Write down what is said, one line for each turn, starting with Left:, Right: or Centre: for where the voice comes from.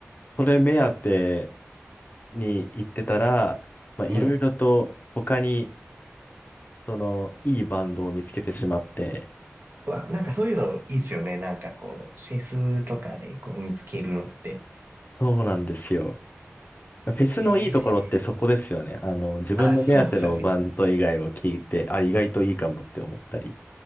Left: それ目当てに行ってたら、まあ、
Right: はい。
Left: いろいろと他に、その、いいバンドを見つけてしまって、
Right: まあ、なんかそういうのいいっすよね。なんかこう、フェスとかでこう見つけるのって。
Left: そうなんですよ。フェスのいいところってそこですよね。
Right: ええ
Left: あの、自分の目当てのバンド以外を聞いて、
Right: あ、そうっすよね。
Left: あ、意外といいかもって思ったり。